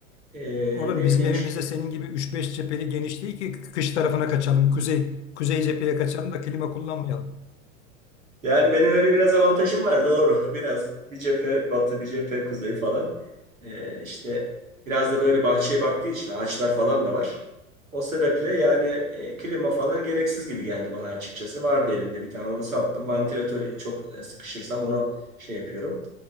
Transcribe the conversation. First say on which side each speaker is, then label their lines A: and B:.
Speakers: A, on the right (about 70°); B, on the left (about 55°).
A: E,
B: Oğlum
A: ne
B: bizim
A: bileyim
B: evimizde
A: işte
B: senin gibi üç beş cepheli geniş değil ki kış tarafına kaçalım, kuzey kuzey cepheye kaçalım da klima kullanmayalım.
A: Yani benim öyle biraz avantajım var doğru. <laughs> Biraz bir cephe batı, bir cephe kuzey falan. Ee, işte biraz da böyle bahçeye baktığı için ağaçlar falan da var. O sebeple yani e, klima falan gereksiz gibi geldi bana açıkçası. Vardı elimde bir tane onu sattım. Vantilatörü çok e, sıkışırsam onu şey yapıyorum.